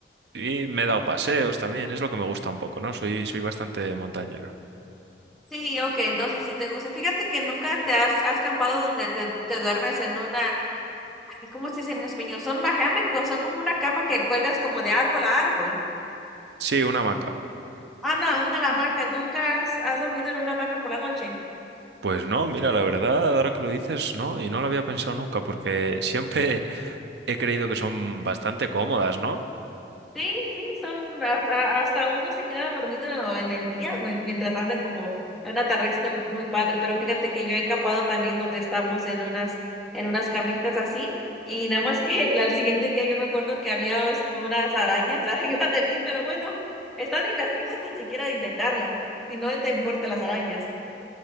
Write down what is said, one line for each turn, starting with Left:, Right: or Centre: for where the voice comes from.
Right: Y me he dado paseos también, es lo que me gusta un poco, ¿no? Soy, soy bastante montañero.
Centre: Sí, ok, entonces si te gusta. Fíjate que nunca te has, has campado donde te, te duermes en una, ay, ¿cómo se dice en español? Son una hammock, o son como una cama que cuelgas como de árbol a árbol.
Right: Sí, una hamaca.
Centre: Ah, no, una hamaca. ¿Nunca has, has dormido en una hamaca por la noche?
Right: Pues no, mira, la verdad, ahora que lo dices, no, y no lo había pensado nunca, porque <laughs> siempre he creído que son bastante cómodas, ¿no?
Centre: Sí, sí, son a- a- hasta uno se queda dormido en el día, güey, mientras anda como en una tarde muy padre, pero fíjate que yo he campado también donde estamos en unas en unas camitas así y nada más que <laughs> el- al siguiente día yo me acuerdo que había us- unas arañas <laughs> arriba de mí, pero bueno, está divertido <laughs> tan siquiera de intentarla, si no te importan las arañas.